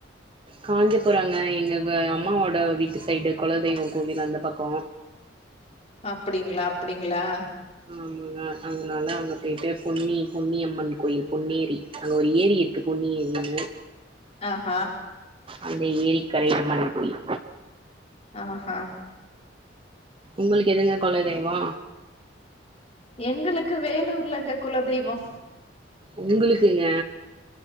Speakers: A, on the right; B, on the left.
A: காஞ்சிபுரங்க எங்க அம்மாவோட வீட்டு சைடு குலதெய்வ கோவில் அந்த பக்கோ
B: அப்டிங்களா அப்டிங்களா
A: ஆமாங்க அதனால அங்க போயிட்டு பொன்னி பொன்னியம்மன் கோயில் பொன்னேரி அங்க ஒரு ஏரி இருக்கு பொன்னி ஏரினு
B: ஆஹா
A: அந்த ஏரிக்கரை அம்மன் கோயில்
B: ஆஹா
A: உங்களுக்கு எதுங்க கொல தெய்வோ
B: எங்களுக்கு வேலூர்லங்க குலதெய்வோ
A: உங்களுக்குங்க